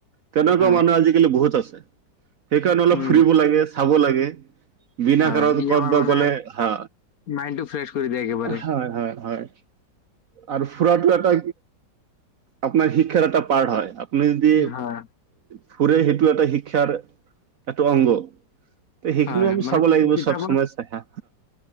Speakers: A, on the right (about 60°); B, on the left (about 55°).
A: তেনেকুৱা
B: হয়।
A: মানুহ আজিকালি বহুত আছে। সেইকাৰণে অলপ
B: উম,
A: ফুৰিব লাগে চাব লাগে। বিনা
B: হয়।
A: কাৰণত
B: ই
A: ক'ত
B: আমাৰ
A: বা
B: মানে
A: গ'লে হা
B: মাইণ্ডটো ফ্ৰেছ কৰি দিয়ে একেবাৰে।
A: হয় হয় হয়। আৰু ফুৰাটো এটা আপোনাৰ শিক্ষাৰ এটা পাৰট হয়। আপুনি যদি
B: হয়,
A: ফুৰে সেইটো এটা শিক্ষাৰ এটা অংগ। ত সেইখিনিও
B: হয়।
A: আমি
B: মানে
A: চাব
B: কি
A: লাগিব
B: কিতাপত
A: চব সময় চাইহে।